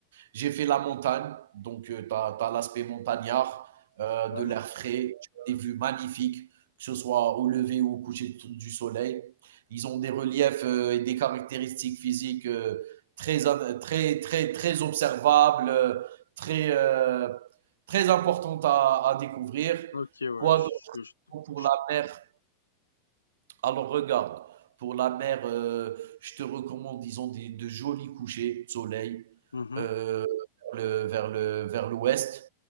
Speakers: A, on the right; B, on the left.
A: j'ai fait la montagne, donc euh, tu as, l'aspect montagnard, euh,
B: Ouais.
A: de l'air frais, des vues magnifiques, que ce soit au lever ou au coucher du soleil. Ils ont des reliefs euh, et des caractéristiques physiques euh, très, très, très, très observables, euh, très, euh, très importantes à, à découvrir.
B: OK, ouais,
A: Quoi
B: je
A: d'autre
B: je- je-
A: pour
B: je-
A: la mer? Alors regarde, pour la mer, euh, je te recommande, disons, des, de jolis couchers de soleil
B: mhm.
A: euh, vers le- vers le- vers l'ouest.